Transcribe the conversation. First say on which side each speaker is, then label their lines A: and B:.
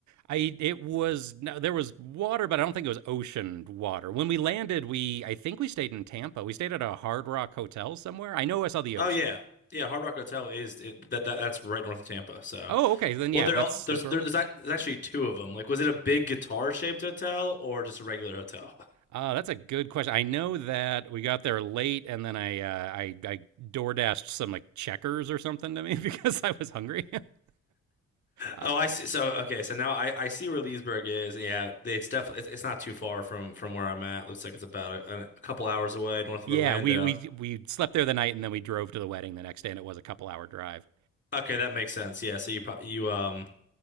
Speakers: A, on the right (about 70°); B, on the left (about 35°).
A: I it was no, there was water, but I don't think it was ocean water. When we landed, we I think we stayed in Tampa. We stayed at a Hard Rock hotel somewhere. I know I saw the
B: Oh
A: ocean.
B: yeah, yeah. Hard Rock Hotel is it, that, that that's right north of Tampa. So.
A: Oh, okay, then
B: Well,
A: yeah,
B: there
A: that's
B: al- there's
A: that's where
B: there,
A: it was.
B: there's ac- there's actually two of them. Like, was it a big guitar-shaped hotel or just a regular hotel? <laughs>
A: Uh, that's a good question. I know that we got there late, and then I uh, I I door dashed some like checkers or something to me <laughs> because I was hungry. <laughs> Uh,
B: Oh, I see. So okay, so now I I see where Leesburg is. Yeah, it's definitely it's, it's not too far from from where I'm at. Looks like it's about a, a couple hours away north
A: Yeah,
B: of Orlando.
A: we we we slept there the night and then we drove to the wedding the next day, and it was a couple hour drive.
B: Okay, that makes sense. Yeah, so you pro- you um